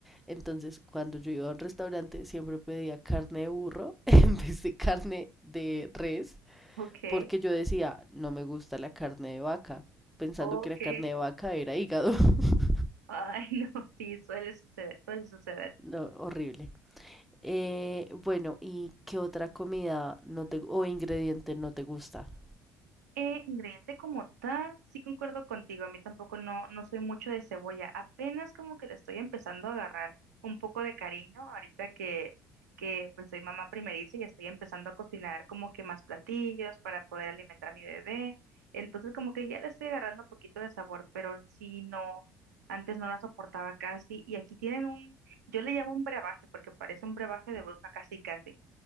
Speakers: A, in the centre; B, on the right.
A: Entonces, cuando yo iba a un restaurante, siempre pedía carne de burro <laughs> en vez de carne de res
B: ok,
A: porque yo decía, no me gusta la carne de vaca, pensando
B: ok.
A: que la carne de vaca era hígado. <laughs>
B: Ay, <laughs> no, sí, suele suceder, suele suceder.
A: No, horrible. Eh, bueno, ¿y qué otra comida no te, o ingrediente no te gusta?
B: Eh, ingrediente como tal, sí concuerdo contigo, a mí tampoco no, no soy mucho de cebolla, apenas como que le estoy empezando a agarrar un poco de cariño ahorita que, que pues soy mamá primeriza y estoy empezando a cocinar como que más platillos para poder alimentar a mi bebé, entonces como que ya le estoy agarrando un poquito de sabor, pero sí no, antes no la soportaba casi y aquí tienen un, yo le llamo un brebaje porque parece un brebaje de bruja casi casi